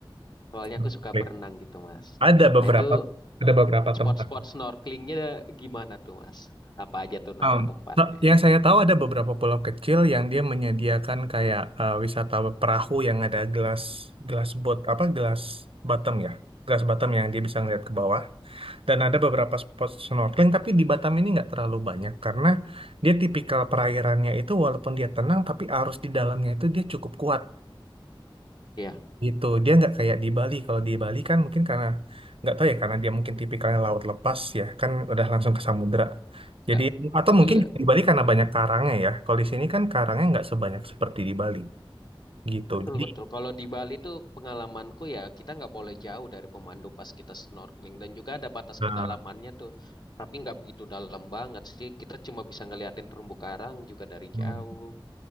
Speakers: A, on the left; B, on the right.
A: Soalnya
B: Hmm.
A: aku suka berenang gitu, Mas.
B: Ada beberapa
A: Nah, itu
B: ada beberapa
A: spot-spot
B: tempat.
A: snorkelingnya gimana tuh, Mas? Apa aja tuh nama
B: Um,
A: tempatnya?
B: so- yang saya tahu ada beberapa pulau kecil yang dia menyediakan kayak eh, wisata perahu yang ada gelas gelas boat apa gelas bottom ya, gelas bottom yang dia bisa ngeliat ke bawah. Dan ada beberapa spot snorkeling tapi di Batam ini nggak terlalu banyak karena dia tipikal perairannya itu walaupun dia tenang tapi arus di dalamnya itu dia cukup kuat
A: Iya,
B: gitu. Dia nggak kayak di Bali. Kalau di Bali kan mungkin karena nggak tahu ya karena dia mungkin tipikalnya laut lepas ya kan udah langsung ke samudra Jadi
A: Kak.
B: atau mungkin
A: Iya,
B: juga di Bali karena banyak karangnya ya. Kalau di sini kan karangnya nggak sebanyak seperti di Bali gitu.
A: betul-betul.
B: Jadi
A: Kalau di Bali tuh pengalamanku ya kita nggak boleh jauh dari pemandu pas kita snorkeling. Dan juga ada batas
B: eh,
A: kedalamannya tuh. Tapi nggak begitu dalam banget sih. Kita cuma bisa ngeliatin terumbu karang juga dari
B: hmm,
A: jauh.